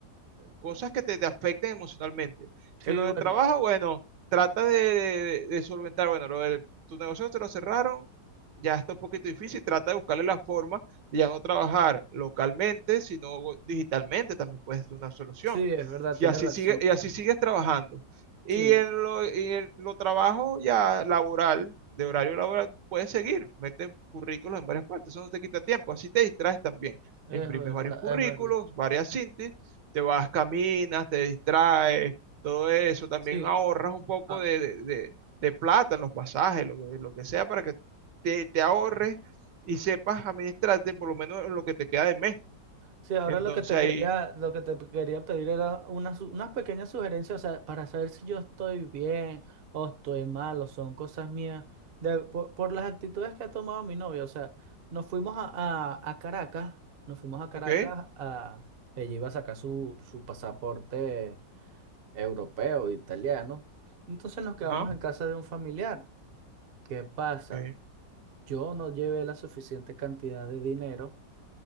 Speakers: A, on the right; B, on the right.
A: cosas que te, te afecten emocionalmente.
B: Sí,
A: En lo
B: bueno,
A: del trabajo, bueno, trata de, de- de solventar, bueno, lo del, tu negocio te lo cerraron, ya está un poquito difícil, trata de buscarle la forma de ya no trabajar localmente, sino digitalmente, también puede ser una solución.
B: sí, es verdad, tienes
A: Y así
B: razón.
A: sigue, y así sigues trabajando. Y
B: Sí,
A: en lo, y en lo trabajo ya laboral, de horario laboral, puedes seguir, mete currículos en varias partes, eso no te quita tiempo, así te distraes también
B: es
A: imprimes
B: verdad,
A: varios currículos,
B: es verdad.
A: varias síntesis te vas, caminas, te distraes, todo eso. También
B: Sí,
A: ahorras un poco
B: ah,
A: de, de- de- de plata en los pasajes, lo que, lo que sea, para que te, te ahorres y sepas administrarte por lo menos en lo que te queda de mes.
B: sí, ahora
A: Entonces
B: lo que te
A: ahí,
B: quería, lo que te quería pedir era unas unas pequeñas sugerencias, o sea, para saber si yo estoy bien o estoy mal o son cosas mías, de- por, por las actitudes que ha tomado mi novia. O sea, nos fuimos a, a- a Caracas, nos fuimos a Caracas
A: ok,
B: a... Ella iba a sacar su, su pasaporte europeo, italiano. Entonces nos quedamos
A: ajá,
B: en casa de un familiar. ¿Qué pasa?
A: ok,
B: Yo no llevé la suficiente cantidad de dinero